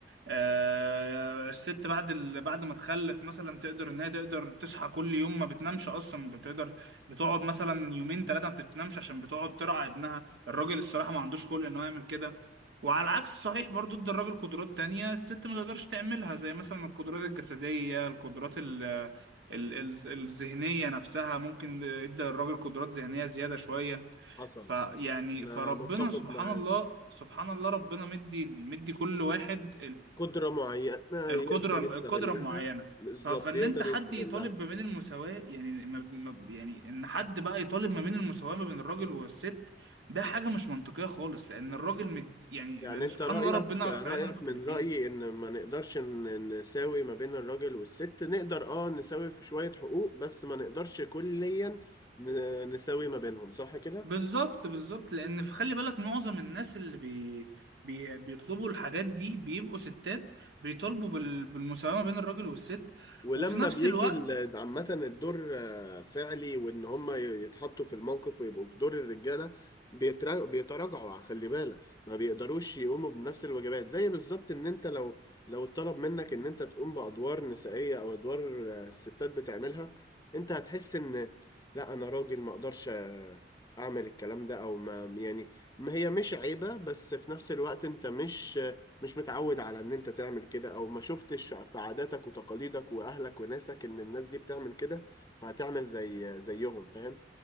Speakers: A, on the right; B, on the left.
A: آه، الست بعد ال... بعد ما تخلف مثلا تقدر ان هي تقدر تصحى كل يوم ما بتنامش اصلا بتقدر بتقعد مثلا يومين ثلاثه ما بتنامش عشان بتقعد ترعى ابنها الراجل الصراحه ما عندوش خلق انه يعمل كده وعلى العكس صحيح برضو ادى الراجل قدرات تانية الست ما تقدرش تعملها زي مثلا القدرات الجسدية القدرات ال... ال... ال... الذهنية نفسها ممكن ادى الراجل قدرات ذهنية زيادة شوية
B: حصل
A: فيعني
B: انا
A: فربنا
B: متفق
A: سبحان
B: معاك
A: الله سبحان الله ربنا مدي مدي كل واحد
B: قدرة معينة
A: القدره
B: يقدر يستغلها
A: القدره معينه
B: بالظبط
A: ف- فان
B: يقدر
A: انت حد
B: يستغلها
A: يطالب ما بين المساواه يعني ما ما- يعني ان حد بقى يطالب ما بين المساواه ما بين الراجل والست ده حاجه مش منطقيه خالص لان الراجل مد يعني
B: يعني
A: لان
B: انت
A: سبحان
B: رأيك
A: الله ربنا
B: رأيك
A: خلقنا مختلفين
B: من رأيي ان ما نقدرش ن- نساوي ما بين الراجل والست نقدر اه نساوي في شوية حقوق بس ما نقدرش كليا ن- نساوي ما بينهم صح كده؟
A: بالظبط بالظبط لان خلي بالك معظم الناس اللي بي بي بيطلبوا الحاجات دي بيبقوا ستات بيطالبوا بال... بالمساواه ما بين الراجل والست
B: ولما
A: وفي نفس
B: بيجي
A: الوقت
B: ال- عامة الدور آه، فعلي وإن هم يتحطوا في الموقف ويبقوا في دور الرجالة بيترا- بيتراجعوا خلي بالك ما بيقدروش يقوموا بنفس الواجبات زي بالظبط إن أنت لو لو اتطلب منك إن أنت تقوم بأدوار نسائية أو أدوار آه، الستات بتعملها أنت هتحس إن لا أنا راجل ما أقدرش آه، أعمل الكلام ده أو ما يعني ما هي مش عيبة بس في نفس الوقت أنت مش مش متعود على ان انت تعمل كده او ما شفتش في عاداتك وتقاليدك واهلك وناسك ان الناس دي بتعمل كده فهتعمل زي زيهم فاهم